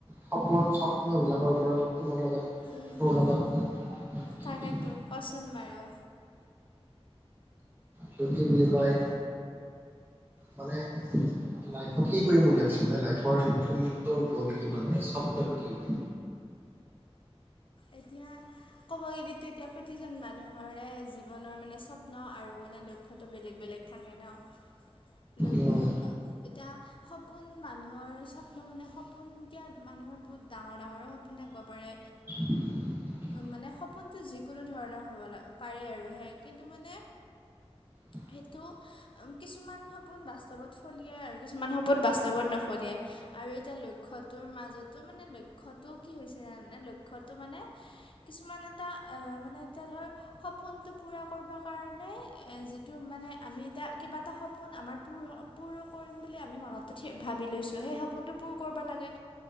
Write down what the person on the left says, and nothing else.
উম
উম
তাকেতো কচোন বাৰো
এতিয়া ক'ব গ'লেো এতিয়া প্ৰতিজন মানুহৰে জীৱনৰ মানে স্বপ্ন আৰু মানে লক্ষ্যটো বেলেগ বেলেগ থাকে ন লক্ষ্য
এতিয়া সপোন মানুহৰ স্বপ্ন মানে সপোন এতিয়া মানুহৰ বহুত ডাঙৰ ডাঙৰ সপোন কো থাকিব পাৰে
মানে সপোনটো যিকোনো ধৰণৰ হ'ব পাৰে আৰু সে কিন্তু মানে
সেইটো কিছুমান সপোন বাস্তৱত ফলিয়াই আৰু কিছুমান সপোন বাস্তৱত নফলিয়াই আৰু এতিয়া লক্ষ্যটোৰ মাজতো মানে লক্ষ্যতটোও কি হৈছে তাৰানে লক্ষ্য টো মানে কিছুমান এটা আহ মানে এতিয়া ধৰ সপোনটো পুৰা কৰিব কাৰণে যিটো মানে আমি এতিয়া কিবা এটা সপোন আমাৰ প পূৰ কৰিম বুলি আমি মনতো থাক ভাবি লৈছোঁ সেই সপোনটো পূৰ কৰিব লাগে